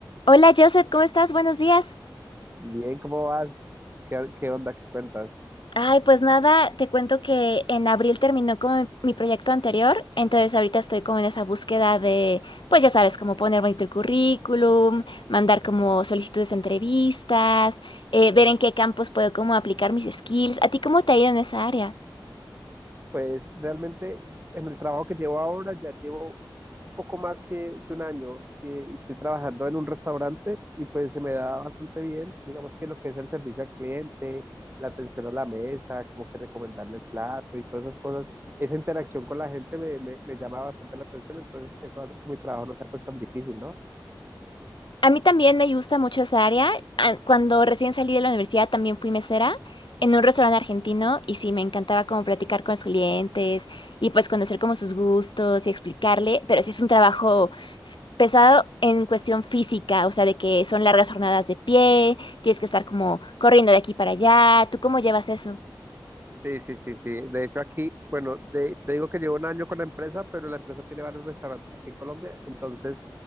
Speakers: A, on the left; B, on the right.
A: Hola Joseph, ¿cómo estás? Buenos días.
B: Bien, ¿cómo vas? ¿Qué, qué onda? ¿Qué cuentas?
A: Ay, pues nada, te cuento que en abril terminó como mi mi proyecto anterior, entonces ahorita estoy como en esa búsqueda de, pues ya sabes, como poner bonito el currículum, mandar como solicitudes de entrevistas, eh, ver en qué campos puedo como aplicar mis skills. ¿A ti cómo te ha ido en esa área?
B: Pues realmente en el trabajo que llevo ahora ya llevo un poco más que, que un año y, y estoy trabajando en un restaurante y pues se me da bastante bien, digamos que lo que es el servicio al cliente, la atención a la mesa, como que recomendarle el plato y todas esas cosas, esa interacción con la gente me, me, me llama bastante la atención, entonces eso hace que mi trabajo no sea pues tan difícil, ¿no?
A: A mí también me gusta mucho esa área. Ah, Cuando recién salí de la universidad también fui mesera en un restaurante argentino y sí, me encantaba como platicar con los clientes y pues conocer como sus gustos y explicarle, pero sí es un trabajo pesado en cuestión física, o sea, de que son largas jornadas de pie, tienes que estar como corriendo de aquí para allá. ¿Tú cómo llevas eso?
B: Sí, sí, sí, sí. De hecho, aquí, bueno, de- te digo que llevo un año con la empresa, pero la empresa tiene varios restaurantes aquí en Colombia. Entonces,